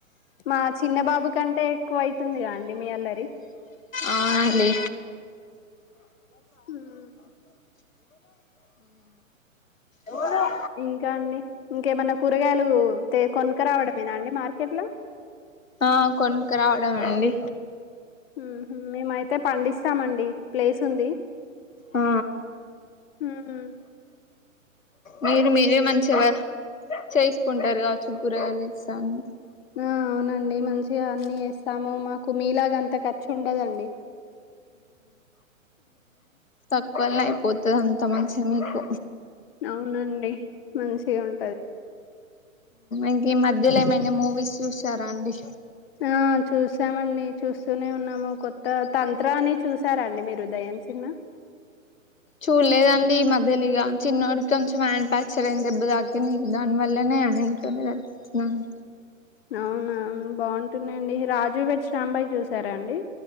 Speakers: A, on the left (about 45°); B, on the left (about 70°).
A: మా చిన్న బాబు కంటే ఎక్కువ అయితుందండి మీ అల్లరి
B: అవునండి
A: మ్మ్
B: ఉమ్
A: ఇంకా అండి ఇంకేమన్నా కూరగాయలు తె కొనాకా రావడమేనా అండి మార్కెట్ లో
B: ఆ కొనక రావడమేయండి
A: ఉహ్ మేమైతే పండిస్తామండి ప్లేస్ ఉంది
B: ఆ
A: ఉహ్
B: మీరు మీరే మంచిగా చేసుకుంటారుకావచ్చు కూరగయలు ఇస్తాను
A: ఆ అవునండి మంచిగా అన్ని వేస్తాము మాకు మీలాగ అంత ఖర్చుండదండి.
B: తక్కువల్నే అయిపోతది అంత మంచి మీకు.
A: అవునండి మంచిగా ఉంటది
B: ఇంకీ మధ్యల ఏమైనా మూవీస్ చూసారా అండి
A: ఆహ్ చూసామండి చూస్తూనే ఉన్నాము కొత్త తంత్రాన్ని చూసారండి మీరు దయ్యం. ఏ సిన్మా.
B: చూడలేదండీ మధ్యలిగా చిన్నోడికి కొంచెం హ్యాండ్ ప్యాక్చరైంది దెబ్బతాకింది దానివల్లనే. ఆయనతోనే వచ్నాను.
A: అవును మేం బాంటుందండీ రాజు వెడ్స్ రాంబాయి చూసారాండి.